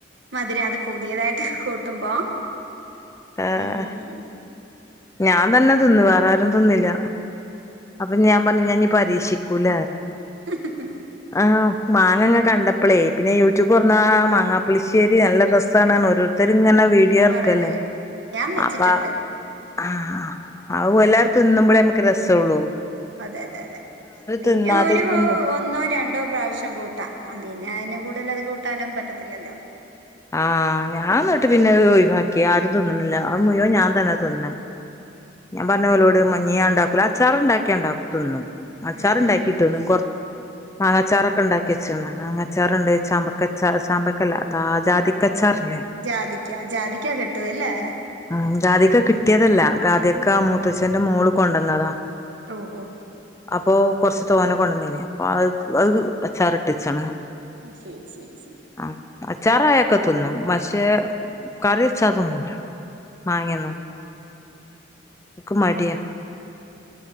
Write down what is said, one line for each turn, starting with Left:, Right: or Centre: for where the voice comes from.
Right: മധുരം അത് പുതിയതായിട്ട് കൂട്ടുമ്പോ
Left: ആഹ്
Right: ഉം
Left: ഞാൻ തന്നെ തിന്ന് വേറാരും തിന്നില്ല അപ്പൊ ഞാൻ പറഞ്ഞു ഞാൻ ഇഞ്ഞി പരീക്ഷിക്കൂല
Right: ഹിഹി
Left: ആഹ് മാങ്ങ ഇങ്ങനെ കണ്ടപ്പളേ പിന്നെ യൂട്യൂബ് തുറന്നാ മാങ്ങാപ്പുളിശ്ശേരി നല്ല രസാണ് പറഞ്ഞ് ഓരോ ഓരോരുത്തരിങ്ങനെ വീഡിയോ ഇറക്ക്
Right: പറയുന്ന
Left: അല്ലേ
Right: കേ ഉം ഞാൻ വെച്ചിട്ടുണ്ട്
Left: അപ്പ ആഹ് അതും എല്ലാരും തിന്നുമ്പളേ നമുക്ക് രസ ഉള്ളൂ
Right: അതെ അതെ അതെ പിന്നെ
Left: തിന്നാതിരിക്കുമ്പോ
Right: ഒരു ഒന്നോ രണ്ടോ പ്രാവശ്യം കൂട്ടാം അത് കഴിഞ്ഞാ പിന്നെ അയിന് കൂടുതലത് കൂട്ടാനൊന്നും പറ്റത്തില്ലല്ലോ
Left: ആഹ് ഞാൻ എന്നിട്ട് പിന്നെ ഒയിവാക്കി ആരും തിന്ന്ണില്ല അത് മുഴുവൻ ഞാൻ തന്നെ തിന്നത് ഞാൻ പറഞ്ഞോലോട് മ ഇഞ്ഞി ഞാൻ ഇണ്ടാക്കൂല അച്ചാറ് ഉണ്ടാക്കിയാ തിന്നും അച്ചാറ്
Right: ഉം ഉം
Left: ഇണ്ടാക്കിട്ട്ണ് കൊറ മാങ്ങച്ചാറൊക്കെ ഇണ്ടാക്കി വെച്ചിണ് മാങ്ങച്ചാറുണ്ട്, ചാമ്പക്കച്ച ചാമ്പക്കല്ല അ താ ജാതിക്കച്ചാറില്ലേ
Right: ജാതിക്ക ജാതിക്ക കിട്ടുവല്ലേ
Left: ആഹ് ജാതിക്ക കിട്ടിയതല്ല ജാതിക്ക മൂത്തച്ഛന്റെ മോള് കൊണ്ട് വന്നതാ
Right: ഓ ഓ
Left: അപ്പൊ കൊറച്ച് തോനെ കൊണ്ട് വന്നീനി അപ്പൊ അഹ് അത് അച്ചാറിട്ട് വച്ചതാണ്
Right: ശരി ശരി ശരി
Left: ആ അച്ചാറായൊക്കെ തിന്നും പക്ഷെ കറി വെച്ചാതിന്നൂല മാങ്ങയൊന്നും ഓക്ക് മടിയാ